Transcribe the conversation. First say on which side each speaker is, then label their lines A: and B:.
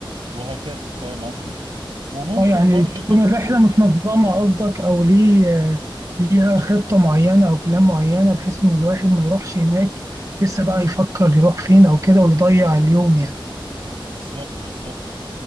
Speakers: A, on the right (about 85°); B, on the right (about 40°).
A: وهكذا فاهم قصدي وممكن
B: اه يعني
A: برضو
B: تكون
A: كم
B: الرحلة متنظمة قصدك او ليه آه، ليها خطة معينة او بلان معينة بحيث ان الواحد ما يروحش هناك لسه بقى يفكر يروح فين او كده ويضيع اليوم يعني
A: بالظبط بالظبط